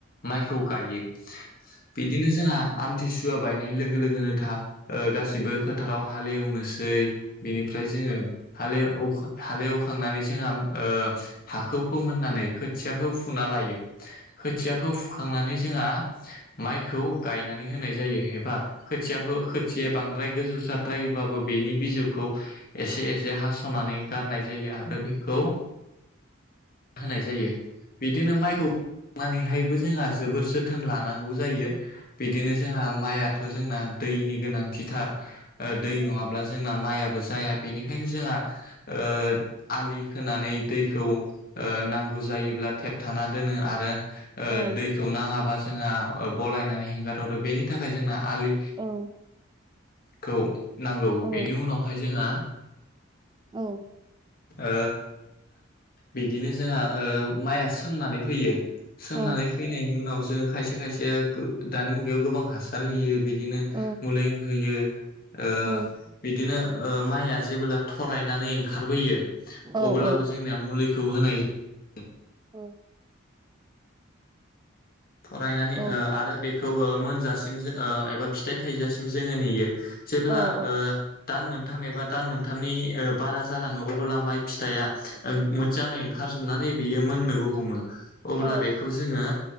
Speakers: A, on the left; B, on the right.
A: माइखौ गायो। बिदिनो जोंहा आमथि सुवा बायनाय लोगो लोगोनोथा गासिबो फोथाराव हालेवनोसै बेनिफ्राय जोङो हालेव हालेवखांनानै जोंहा ओ हाखौ फोमोननानै खोथियाखौ फुना लायो खोथियाखौ फुखांनानै जोंहा माइखौ गायनानै होनाय जायो एबा खोथियाखौ खोथिया बांद्राय गोजौ जाद्रायोबो बेनि बिजौखौ एसे एसे हास'नानै गारनाय जायो आरो बेखौ होनाय जायो। बिदिनो माइखौ मोननैहायबो जोंहा जोबोद जोथोन लानांगौ जायो। बिदिनो जोंहा माइआथ' जोंना दैनि गोनांथिथार। ओ दै नङाब्ला जोंना माइआ बो जाया बेनिखायनो जोंहा ओ आलि खोनानै दैखौ ओ नांगौ जायोब्ला थेबथाना दोनो आरो ओ
B: औ
A: दैखौ नाङाबा जोंहा ओ बलायनानै हेंगारहरो बेनि थाखाय जोंना आलि
B: औ औ
A: खौ नांगौ।
B: औ
A: बेनि उनावहाय जोंहा
B: औ।
A: ओ। बिदिनो जोंहा ओ माइआ सोमनानै होयो। सोमनानै
B: औ
A: फैनायनि उनाव जोङो खायसे खायसे जे गो दानि मुगायाव गोबां हासार होयो बि बिदिनो
B: औ
A: मुलि होयो ओ
B: औ
A: बिदिनो ओ माइआ जेबोला थरायनानै ओंखारबोयो।
B: औ
A: अब्लाबो
B: औ
A: जोंनिया मुलिखौ होनाय जाय
B: औ।
A: थरायनानै
B: औ
A: ओ आरो बे खौ ओ मोनजासिम जो ओ एबा फिथाइ थाइजासिम जोङो नेयो। जेब्ला
B: औ औ
A: ओ दान मोनथाम एबा दान मोनथामनि ओ बारा जालाङोऔ अब्ला माइ फिथाइआ ओ मोजाङै ओंखारजोबनानै बियोमोननोबो हमो अब्ला
B: औ
A: बेखौ जोङो